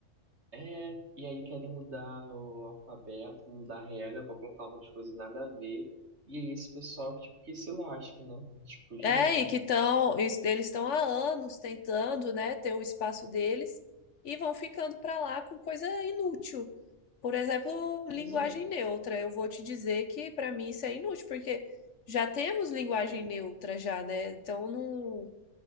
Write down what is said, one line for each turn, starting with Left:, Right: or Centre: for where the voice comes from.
Right: é, e aí querem mudar o alfabeto, mudar a regra pra colocar umas coisas nada a ver. E aí esse pessoal, tipo, que se lasque, né? Tipo, gente,
Left: É, e que estão, eles estão há anos tentando, né, ter o espaço deles e vão ficando para lá com coisa inútil. Por exemplo, linguagem
Right: exato,
Left: neutra. Eu vou te dizer que para mim isso é inútil, porque já temos linguagem
Right: é,
Left: neutra já, né? Então não,